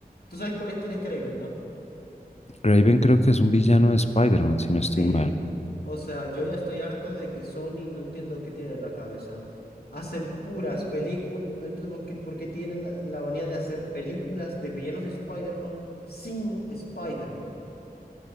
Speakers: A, on the left; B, on the left.
A: ¿Tú sabes cuál es quién es Kraven, no?
B: Kraven creo que es un villano de Spider-Man, si no
A: Sí.
B: estoy mal.
A: O sea, yo ya estoy harto de que Sony, no entiendo qué tienen en la cabeza. Hacen puras películas, no entiendo por qué, por qué tienen la manía de hacer películas de villanos de Spider-Man sin Spider-Man.